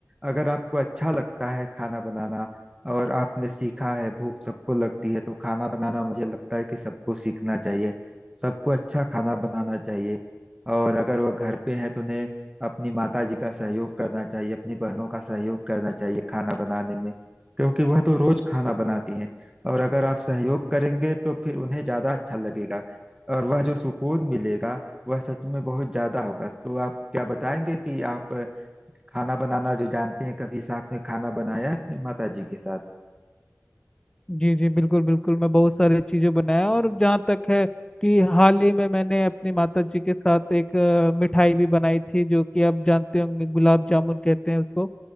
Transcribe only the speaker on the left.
जी जी बिल्कुल बिल्कुल मैं बहुत सारी चीज़ें बनाया और जहाँ तक है कि हाल ही में मैंने अपनी माता जी के साथ एक अ, मिठाई भी बनाई थी जो कि आप जानते होंगे गुलाब जामुन कहते हैं उसको